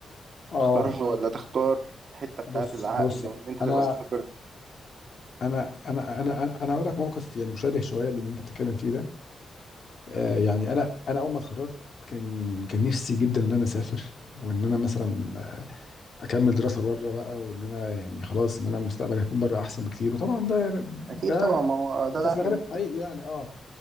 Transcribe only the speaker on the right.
تختارها مم. ولا تختار الحتة بتاعت
العقل
وإن أنت
تبقى مستقر
اكيد
طبعا ما هو ده
العقل
بيقول
كده